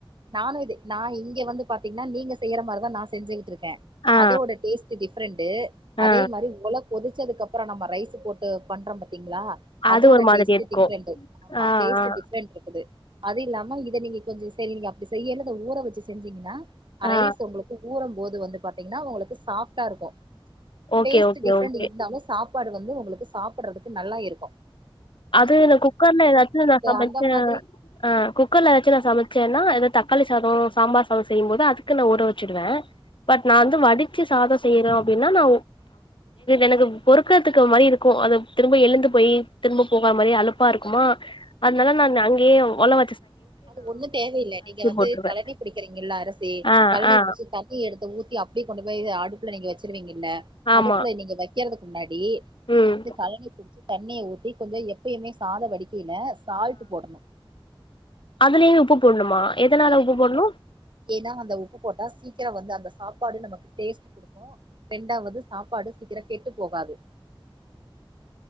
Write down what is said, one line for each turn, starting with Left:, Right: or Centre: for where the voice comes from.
Right: நானு இது நா இங்க வந்து பாத்தீங்கன்னா நீங்க செய்யற மாரிதா நா செஞ்சுக்கிட்டுருக் க்கேன்
Left: ஆ
Right: அதோட டேஸ்ட் டிஃப்ரெண்டு அதே
Left: ஆ
Right: மாரி உல கொதிச்சதுக்கப்பறம் நம்ம ரைஸ் போட்டு பண்ற பாத்திங்களா
Left: அது
Right: அதோட
Left: ஒரு மாதிரி
Right: டேஸ்ட்
Left: இருக்கு
Right: டிஃப்ரெண்ட் ஆமா
Left: ஆ
Right: டேஸ்ட்
Left: ஆ
Right: டிஃப்ரெண்ட் இருக்குது அது இல்லாம இத நீங்க கொஞ்சம் சரி நீங்க அப்பிடி செய்யறத ஊற வச்சு செஞ்சீங்கன்னா அரைஸ்
Left: ஆ
Right: உங்களுக்கு ஊரம் போது வந்து பாத்தீங்கன்னா உங்களுக்கு சாஃ சாஃப்ட்டா இருக்கும்
Left: okay
Right: taste
Left: okay
Right: different
Left: okay
Right: இருந்தாலும் சாஃப்ட் சப்பாடு வந்து உங்களுக்கு சாப்பிடுறதுக்கு நல்லா இருக்கும்
Left: அது குக்கர்ல என் நா சமைச்சேன்
Right: அந்த மாதிரி
Left: ஆ குக்கர்லவச்சி ந சமைச்சேனா எதா தக்காளி சாதம் சாம்பார் சாதம் செய்யும்போது அதுக்கு நா உற வச்சிடுவேன் பட் நான்
Right: ம்
Left: வந்து வடிச்சு சாதம் செய்யறேன் அப்படின்னா நா எனக்கு பொறுக்கிறதுக்கு மாதிரி இருக்கும் அது திரும்ப எழுந்து போய் திரும்ப போகற மாதிரி அலுப்பா இருக்குமா அதனால
Right: ஆ
Left: நான் அங்கயே ஒலவ
Right: அது ஒண்ணும் தேவையில்லை நீங்க வந்து
Left: போட்டுருவே
Right: கழணி பிடிக்கிறீங்கல்ல அரசி
Left: ஆ
Right: கழணை
Left: ஆ
Right: பிடிச்சு தண்ணி எடுத்து ஊத்தி அ அப்படி கொண்டு போய் ஆடுப்புல நீங்க வச்சருவீங்க ல
Left: ஆமா
Right: அடுப்புல நீங்க வைக்கிறதுக்கு முன்னாடி நீங்க
Left: ம்
Right: வந்து கழனி பிடிச்சு தண்ணிய ஊத் கொஞ்சம் எப்பயுமே சாத வடிக்கையில சால்ட் போடணும்
Left: அதுலேயே உப்பு போடணுமா எதனால உப்பு
Right: ஆமா
Left: போடணு
Right: ஏன்னா அந்த உப்பு போட்டா சீ சீக்கிரம் வந்து அந்த சாப்பாடு நமக்கு டேஸ்ட் குடுக்கும் ரெண்டாவது சாப்பாடு சீக்கிரம் கெட்டு போகாது